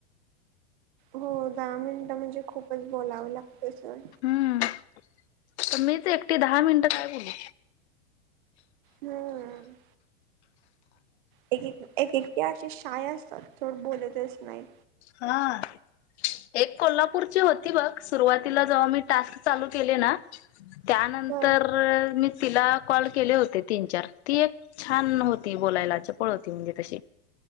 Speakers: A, on the right; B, on the left.
A: हो दहा मिनिटं म्हणजे खूप बोलावं लागत सोड
B: हम्म तर मीच एकटी दहा मिनिटं काय बोलू?
A: हम्म एक एक एक एकी असशीे शाय थोड बोले तेच नाही
B: हा एक कोल्हापूरची होती बघ सुरुवातीला जेव्हा मी टास्क चालू केले ना? त्यानंतर
A: हा
B: मी तिला कॉल केले होते तीन चार ती एक छान होती बोलायला चपळ होती म्हणजे तशी